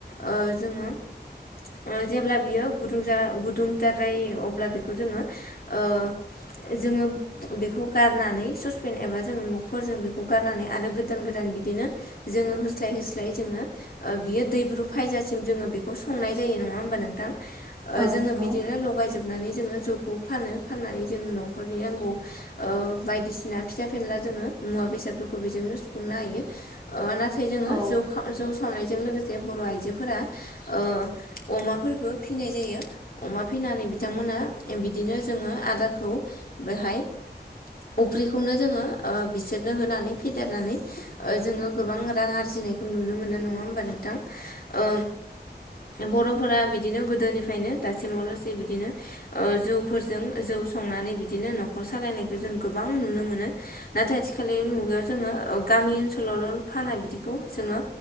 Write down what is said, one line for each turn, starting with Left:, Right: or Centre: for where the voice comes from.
Left: ओ जोङो ओ जेब्ला बियो गुदुं जा गुदुं जाद्रायो अब्ला बेखौ जोङो ओ जोङो बेखौ गारनानै ससपेन एबा जोङो मुगफोरजों बेखौ गारनानै आरो गोदान गोदान बिनो जोङो होसलाय होसलाय जोङो ओ दैब्रु फैयजा सिम बेखौ संनाय जायो नङा हबा नोंथां
Right: औ
Left: जोंङो
Right: नंगौ
Left: बिदिनो लगायोबनानै जोङो जौखौ फानो फाननानै जों न'खरनि नांगौ ओ बायदिसिना फिसा फेनला जोङो मुवा बेसादफोरखौ बेजोंनो सुफुंनो हायो ओ ना थाय जोङो
Right: औ
Left: जौ खा- जौ सावनायजों लोगोसे बर' आइजो फोरा ओ अमाफोरबो फिनाय जायो अमा फिनानै बिथांमोना बिदिनो जोङो आदारखौ बेहाय अफ्रिखौनो जोङो ओ बिसोरनो होनानै फेदेरनानै ओ जोङो गोबां रां आरजि नायखौ नुनो मोनो नंङा होनब्ला नोंथां ओ बर' फोर बिदिनो गोदोनिफ्रायनो दासिमाव लासै बिदिनो ओ जौफोरजों जौ संनानै बिदिनो बिदिनो न'खर सालायनायखौ जों गोबां नुनो मोनो नाथाय आथिखाल मुगायाव जोङो गामि ओनसोलावल' फाना बिदिखौ जोङो